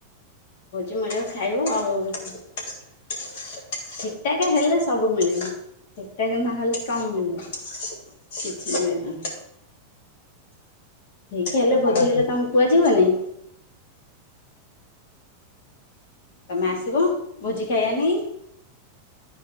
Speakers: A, on the left; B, on the left.
A: ଭୋଜି ମଳିବ ଖାଇବ ଆଉ। ଠିକଠାକ ହେଲେ ସବୁ ମିଳିବ, ଠିକଠାକ ନହେଲେ କଣ ମିଳିବ? କିଛି ମିଳିବନି। ଠିକି
B: ମୋ
A: ହେଲେ
B: ପୁଅ ବାହାଘର
A: ଭୋଜି ହେଲେ ତମକୁ କୁହାଯିବ ନି। ତମେ ଆସିବ ଭୋଜି ଖାଇବା ନେଇ।